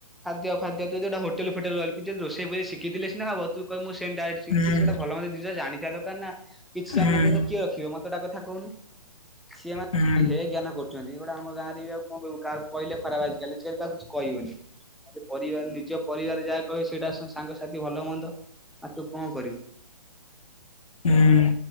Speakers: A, in the centre; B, on the left.
A: ଖାଦ୍ଯ ଫାଦ୍ୟ ତୁ ଯୋଉଟା ହୋଟେଲ୍ ଫଟେଲ୍ ରହିଲୁ କି ଯଦି ରୋଷେଇ ଫୋଷେଇ ଶିଖିଥିଲେ ସିନା ହବ, ତୁ କହିବ ମୁଁ ସେମ ଡାଇରେକ୍ଟ ଶିଖି
B: ହୁଁ
A: କିଛି ଗୋଟେ ଭଲମନ୍ଦ ଜିନିଷ ଜାଣି ଥିବା ଦରକାର ନା କିଛି
B: ହୁଁ
A: ଜାଣିନଥିବ ତ କିଏ ରଖିବ, ମୋତେ ଗୋଟା କଥା କହୁନୁ। ସିଏ ମା
B: ହୁଁ
A: ହେ ଜ୍ଞାନ କରୁଚନ୍ତି ଗୋଟେ ଆମ ଗାଁରେ ବି ଆଉ କଣ କହିବୁ। କାହାକୁ କହିଲେ ଖରାପ ଆଜିକାଲି ଛୁଆକୁ କାଆକୁ କିଛି କହିବନି। ଆ, ଯେ ପରିବାର ନିଜ ପରିବାର ଯାହା କହିବେ ସେଇଟା ସ- ସାଙ୍ଗସାଥି ଭଲ ମନ୍ଦ ଆ, ତୁ କଣ କରିବୁ।
B: ହୁଁ।